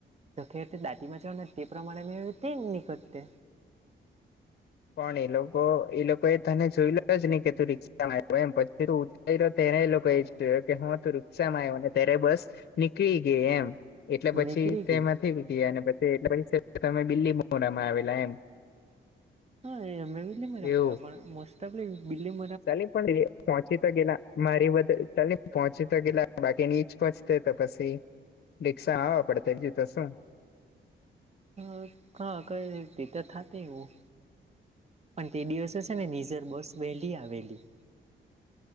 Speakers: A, on the right (about 30°); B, on the left (about 55°).
A: તો ખેર તે ડાટીમાં જવાન તે પ્રમાણે મે એવી રીતે નીકળતે
B: પણ એ લોકો એ લોકો એ તને જોઈલોજ નઈ કે તું રિક્ષામ આવ્યો એમ પ કે તું ઊતયરો ત્યારે એ લોકો
A: હા
B: એ જોયો કે હા તું રીક રીક્ષા માં આયવો હે ત્યારે બસ નીકળી ગઈ એમ એટલે પછી
A: નીકળી
B: તેમાં
A: ગઈ
B: થઇ ગયા અને પછી એટલે પ તમે બીલીમોરી આવેલા એમ
A: હા એ અમે બીલીમોરા માં
B: એવું
A: આવ્યા પણ બીલીમ
B: ચાલી પણ એ પહોચી તો ઘેલા મારી બધ ચલની પહોંચી તો ગેલા બાકી નીચ પહોંચતે તો પછી રિક્ષા આવા પડતે તેથી તો શું
A: હ ક કઈ નઈ ઈ તો થાત એવું પણ તે દિવસે છે ને નીઝર બસ વહેલી આવેલી.